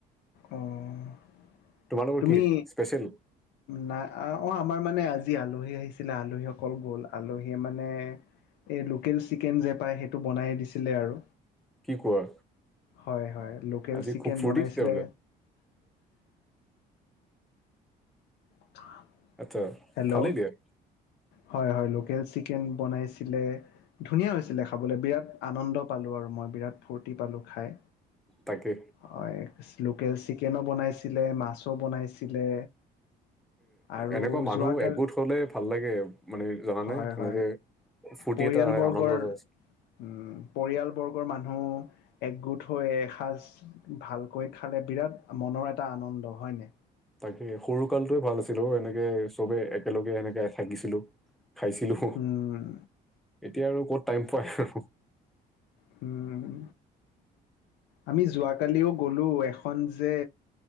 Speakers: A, on the left; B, in the centre.
A: অ'
B: তোমালোকৰ
A: তুমি
B: কি স্পেচিয়েল
A: নাই <unintelligible> আমাৰ মানে আজি আলহী আহিছিলে। আলহীসকল গ'ল, আলহীয়ে মানে এই লোকেল চিকেন যে পায় সেইটো বনাই দিছিলে আৰু।
B: কি কোৱা?
A: হয় হয়, লোকেল
B: আজি
A: চিকেন
B: খুব ফূৰ্তি
A: বনাইছিলে।
B: তেতিয়াহ'লে
A: <unintelligible>
B: আচ্ছা
A: হেল্ল',
B: ভালেই দিয়া
A: হয় হয়, লোকেল চিকেন বনাইছিলে। ধুনীয়া হৈছিলে খাবলে, বিৰাট আনন্দ পালোঁ আৰু মই বিৰাট ফূৰ্তি পালোঁ খাই।
B: তাকে
A: হয়, লোকেল চিকেনো বনাইছিলে, মাছো বনাইছিলে। আৰু
B: এনেকুৱা মানুহবোৰ
A: যোৱাকালি
B: এগোট হলে ভাল লাগে মানে জানানে?
A: হয়
B: সেনেকে
A: হয়
B: ফুৰ্তি
A: পৰিয়ালবৰ্গৰ
B: এটা হয়, আনন্দতা আ
A: উম, পৰিয়ালবৰ্গৰ মানুহ একগোট হৈ এসাজ ভালকৈ খালে বিৰাট মনৰ এটা আনন্দ, হয় নাই?
B: তাকে সৰু কালটোৱে ভাল আছিল অ' এনেকে চবে একেলগে এনেকে থাকিছিলো। খাইছিলোঁ,
A: উম
B: এতিয়া আৰু ক'ত টাইম পায় আৰু।
A: হম। আমি যোৱাকালিও গ'লো, এখন যে